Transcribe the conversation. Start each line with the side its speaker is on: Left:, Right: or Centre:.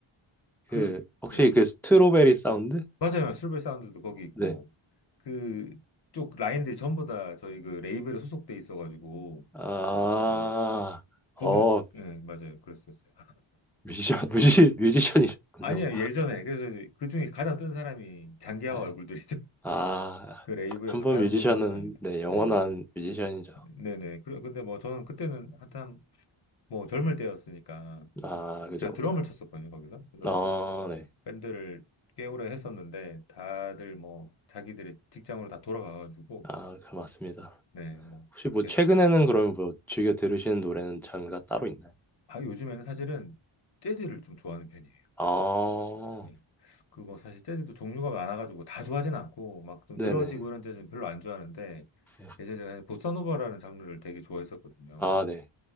Left: 그,
Centre: 그, 혹시
Left: 예,
Centre: 그 스트로베리 사운드?
Left: 맞아요. 실버 사운드도 거기 있고,
Centre: 네.
Left: 그, 쪽 라인들이 전부 다 저희 그 레이블에 소속돼 있어가지고,
Centre: 아,
Left: 음, 거기서,
Centre: 어,
Left: 예, 맞아요. 그랬었어요.
Centre: 뮤지션, <laughs> 뮤지, 뮤지션이셨군요.
Left: 아니야, 예전에. 그래서 그 중에 가장 뜬 사람이 장기하와
Centre: 네.
Left: 얼굴들이죠. <laughs>
Centre: 아,
Left: 그 레이블에서
Centre: 한 번
Left: 가장
Centre: 뮤지션은,
Left: 성공한 사람인데.
Centre: 네, 영원한
Left: 네.
Centre: 뮤지션이죠.
Left: 네네. 그래, 근데 뭐 저는 그때는 한참 뭐 젊을 때였으니까
Centre: 아,
Left: 막
Centre: 그죠,
Left: 제가
Centre: 그죠.
Left: 드럼을 쳤었거든요, 거기서. 그래서
Centre: 아, 네.
Left: 밴드를 꽤 오래 했었는데 다들 뭐 자기들의 직장으로 다 돌아가가지고
Centre: 아, 그 맞습니다.
Left: 네, 뭐
Centre: 혹시
Left: 그렇게
Centre: 뭐, 최근에는
Left: 해서.
Centre: 그럼 뭐, 즐겨 들으시는 노래는 장르가 따로 있나요?
Left: 아, 요즘에는 사실은 재즈를 좀 좋아하는 편이에요.
Centre: 아,
Left: 예. 그거 사실 재즈도 종류가 많아가지고 다 좋아하진 않고 막 좀
Centre: 네네.
Left: 늘어지고 이런 재즈는 별로 안 좋아하는데
Centre: 네.
Left: 예전에 제가 보사노바라는 장르를 되게 좋아했었거든요.
Centre: 아, 네.